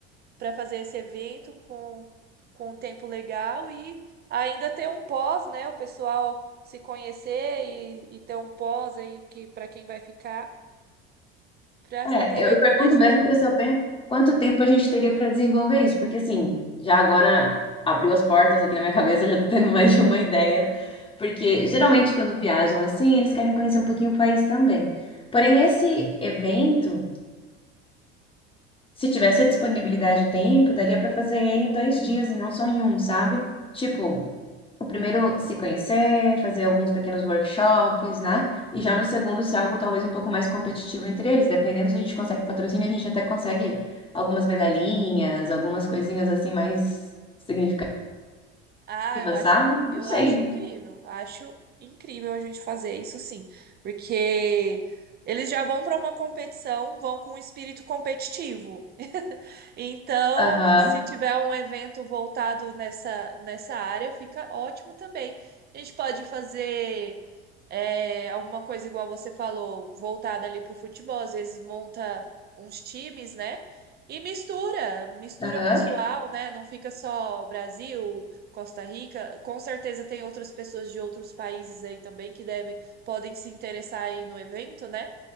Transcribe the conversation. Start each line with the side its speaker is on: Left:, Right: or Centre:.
Right: para fazer esse evento com, com um tempo legal e ainda ter um pós, né, o pessoal se conhecer e, e ter um pós aí que para quem vai ficar. Pra
Left: É,
Right: aproveitar
Left: eu pergunto
Right: mais
Left: mesmo
Right: tempo.
Left: para saber quanto tempo a gente teria para desenvolver isso, porque assim, já agora abriu as portas aqui na minha <laughs> cabeça, já tô tendo mais de uma ideia, porque geralmente quando viajam assim, eles querem conhecer um pouquinho o país também. Porém,
Right: Sim.
Left: esse evento, se tivesse a disponibilidade de tempo, daria para fazer ele em dois dias e não só em um, sabe? Tipo, primeiro se conhecer, fazer alguns pequenos workshops, né?
Right: Uhum.
Left: E já no segundo ser algo talvez um pouco mais competitivo entre eles, dependendo se a gente consegue patrocínio, a gente até consegue algumas medalhinhas, algumas coisinhas assim mais significativas,
Right: Ah, eu acho,
Left: sabe? Não
Right: eu
Left: sei.
Right: acho incrível. Acho incrível a gente fazer isso sim, porque eles já vão para uma competição, vão com um espírito competitivo. Então,
Left: Aham,
Right: se tiver um evento voltado nessa nessa área, fica ótimo também. A gente pode fazer é, alguma coisa igual você falou, voltada ali para o futebol, às vezes monta uns times, né? E mistura, mistura
Left: aham,
Right: o pessoal, né? Não fica só Brasil, Costa Rica. Com certeza tem outras pessoas de outros países aí também que devem, podem se interessar aí no evento, né?